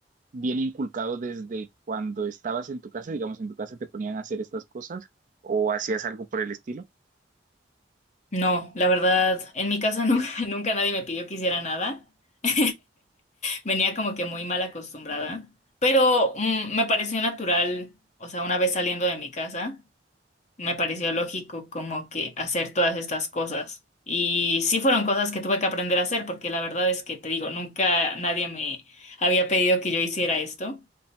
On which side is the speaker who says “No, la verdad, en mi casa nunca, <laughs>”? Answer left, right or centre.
Left